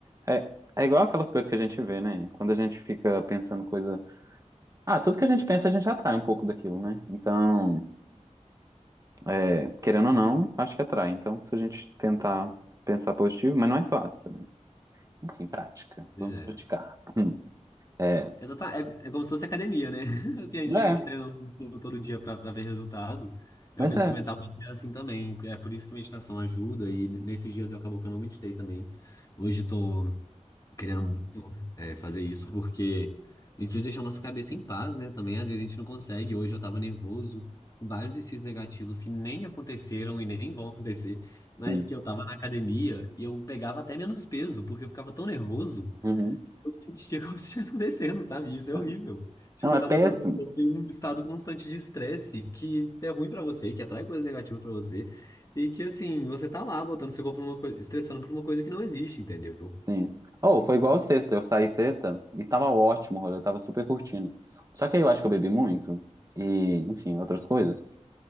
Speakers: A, on the right; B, on the left.
A: é, é igual aquelas coisas que a gente vê, né? Quando a gente fica pensando coisa. Ah, tudo que a gente pensa, a gente atrai um pouco daquilo, né? Então, <clears throat> é, querendo ou não, acho que atrai. Então, se a gente tentar pensar positivo, mas não é fácil também. Enfim, prática.
B: Pois
A: Vamos praticar.
B: é.
A: Hum, É,
B: Exatamente. É, é como se fosse academia, né? <laughs> que a gente
A: é,
B: tem que treinar um músculo todo dia pra pra ver resultado. Eu
A: mas
B: penso
A: é.
B: que mentalmente é assim também. É por isso que meditação ajuda. E nesses dias eu acabou que eu não meditei também. Hoje eu tô querendo muito, é, fazer isso porque a gente precisa deixar a nossa cabeça em paz, né? Também às vezes a gente não consegue. Hoje eu tava nervoso. Vários desses negativos que nem aconteceram e nem vão acontecer, mas
A: Sim.
B: que eu tava na academia e eu pegava até menos peso, porque eu ficava tão nervoso
A: Uhum.
B: eu sentia como se estivesse acontecendo, sabe? Isso é horrível.
A: É.
B: Tipo,
A: Não,
B: você
A: é
B: tá
A: péssimo.
B: botando seu corpo em um estado constante de estresse que é ruim pra você, que atrai coisas negativas pra você, e que, assim, você tá lá botando seu corpo numa coisa, estressando por uma coisa que não existe, entendeu?
A: Sim. Oh, foi igual sexta. Eu saí sexta e tava ótimo o rolê, eu tava super curtindo. Só que aí eu acho que eu bebi muito e, enfim, outras coisas.